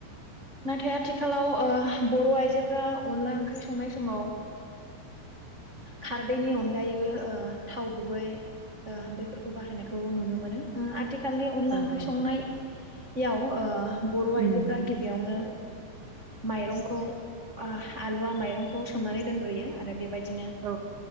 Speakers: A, on the right; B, on the right.
A: नाथाय आथिखालाव ओ बर' आइजोफ्रा अनला ओंख्रि संनाय समाव खारदैनि अनगायैबो ओ थाव गुबै ओ बैफोरखौ बाहायनायखौ नुनो मोनो ओ आथिखाल आथि खालि अनला
B: औ
A: ओंख्रि
B: औ
A: संनायाव ओ बर'
B: उम
A: आइजोफ्रा गिबियावनो माइरंखौ अ आलुवा माइरंखौ सोमनानै दोनग्रोयो आरो बेबायदिनो ओ
B: औ